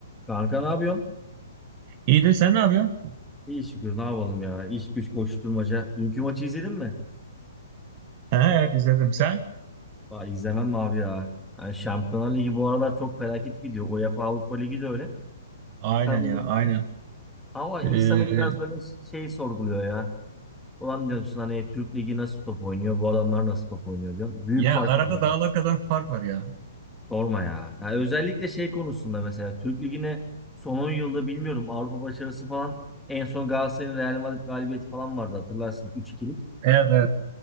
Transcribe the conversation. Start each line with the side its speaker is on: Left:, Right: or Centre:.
Centre: Kanka ne yapıyorsun?
Right: İyidir sen ne yapıyorsun?
Centre: İyi şükür ne yapalım ya. İş güç koşturmaca. Dünkü maçı izledin mi?
Right: He, evet izledim sen.
Centre: Aa, izlemem mi abi ya? Yani Şampiyonlar Ligi bu aralar çok felaket gidiyor. UEFA Avrupa Ligi de öyle.
Right: Aynen
Centre: Tabii
Right: ya aynen.
Centre: ama insanı
Right: Ee,
Centre: biraz böyle şey sorguluyor ya. Ulan diyorsun hani Türk Ligi nasıl top oynuyor? Bu adamlar nasıl top oynuyor diyorsun. Büyük
Right: ya
Centre: fark
Right: arada
Centre: var yani.
Right: dağlar kadar fark var ya.
Centre: Sorma ya. Yani özellikle şey konusunda mesela Türk Ligi'ne son 10 yılda bilmiyorum Avrupa başarısı falan en son Galatasaray'ın Real Madrid galibiyeti falan vardı hatırlarsın Üç ikilik.
Right: Evet evet.